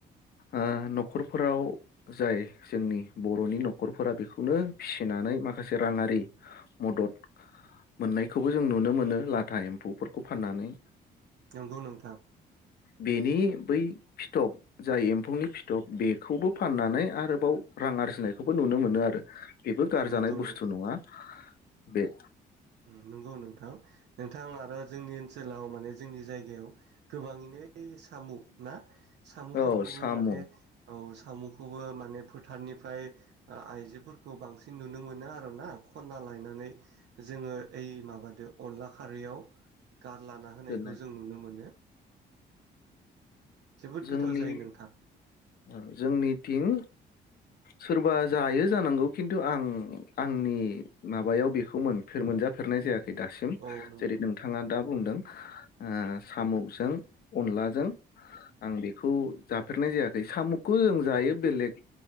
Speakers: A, on the left (about 60°); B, on the right (about 75°).
A: ओ न'खरफोराव जाय जोंनि बर'नि न'खरफोरा बेखौनो फिसिनानै माखासे राङारि। मदद ओ मोन्नायखौबो जों नुनो मोनो लाथा एम्फौफोरखौ फान्नानै।
B: नोंगौ नोंथां।
A: बेनि बै फिथब जाय एम्फौनि फिथब बेखौबो फान्नानै आरो बाव रां आरजिनायखौबो नुनो मोनो आरो। बेबो गारजानाय
B: नंगौ
A: बुस्थु नङा। बे।
B: उम। नोंगौ नोंथां नोंथां आरो जोंनि ओनसोलाव माने जोंनि जायगायाव गोबाङैनो सामु ना सामु
A: औ
B: फोरखौबो
A: साम'
B: माने औ सामुख खौबो माने फोथारनिफाय ओ आइजोफोरखौ बांसिन नुनो मोनो आर' ना खन्ना लायनानै जोङो ओय माबादो अनला खारैयाव गारलाना होनायखौ
A: दोननाय
B: जों नुनो मोनो। जोबोद
A: जोंनि
B: गोथाव जायो नोंथां
A: ओ जोंनि थिं सोरबा जायो जानांगौ खिन्थु आं आंनि माबायाव बेखौ मोनफ मोनजाफेरनाय जाया खै दासिम
B: औ नंगौ
A: जेरै नोंथाङा दा बुंदों। ओ साम'गजों अनलाजों आं बेखौ जाफेरनाय जायाखै साम'गखौ जों जायो बेलेग